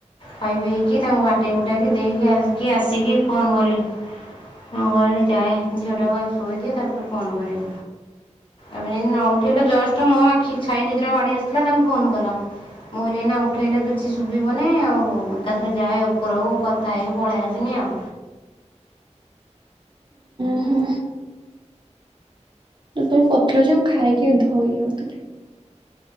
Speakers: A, on the left (about 45°); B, on the right (about 40°).
A: ଖାଇ ପିଇକି ତାଙ୍କୁ ବାଟି ବୁଟାକି ଦେଇକି ଆସିକି ଫୋନ କଲି। ମୁଁ କହିଲି ଆଗେ ଯାଏ ଝିଅଟାକୁ ଆଗେ ସୋଇ ଦିଏ ତାପରେ ଫୋନ କରିବି। ଏବେ ଯଦି ନ ଉଠେଇଲେ ଜଷ୍ଟ ମୋ ଆଖି ଛାଇ ନିଦ୍ରା ମାଡି ଆସୁଥିଲା ତମେ ଫୋନ କଲ, ମୁଁ ଏଇନା ଉଠେଇଲେ କିଛି ଶୁଭିବ ନାହିଁ ଆଉ ଏକାଥରେ ଯାଏ ଏ ଉପରକୁ କଥା ହେଇକି ପଳେଇ ଆସିବି ଆଉ,
B: ହୁଁ। ଏବେ କରିଥିଲ ଯୋଉ ଖାଇକି ଧୋଇ ହୋଉଥିଲି।